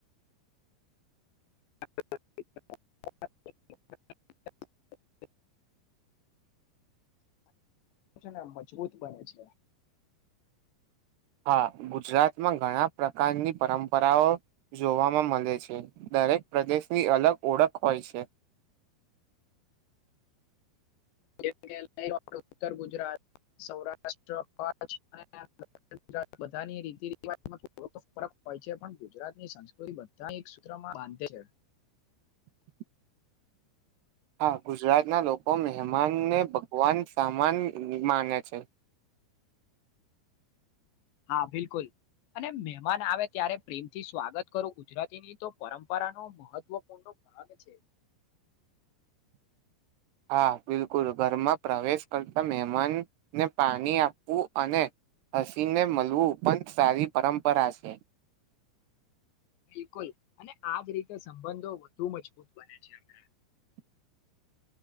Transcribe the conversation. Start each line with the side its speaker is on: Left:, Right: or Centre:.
Left: <unintelligible> છે ને મજબૂત બને છે,
Right: હા ગુજરાતમાં ઘણા પ્રકારની પરંપરાઓ જોવાવામાં મળે છે, દરેક પ્રદેશની અલગ ઓળખ હોય છે,
Left: ઉત્તર ગુજરાત સૌરાષ્ટ્ર કછરાત બધાની રી રિવાજમાં ફરક હોય છે, પણ ગુજરાત ની સંસ્કૃતિ બધા એક સૂત્રમાં બાંધે છે,
Right: <unintelligible> હા, ગુજરાત ના લોકો મહેમાન ને વન સમાન માને છે.
Left: હા, બિલકુલ અને મહેમાન આવે ત્યારે પ્રેમ થી સ્વાગત કરું ગુજરાતીની તો પરંપરા ન મહત્વપૂર્ણ આગ છે,
Right: <unintelligible> હા, બિલકુલ ઘરમાં પ્રવેશ કરતા મહેમાનને પાણી આપવું અને હસીને મળવું ઉપંત સારી પરંપરા છે,
Left: બિલકુલ અને આજ રીતે સંબંધો વધુ મજબૂત બને છે, આપણા
Right: <unintelligible>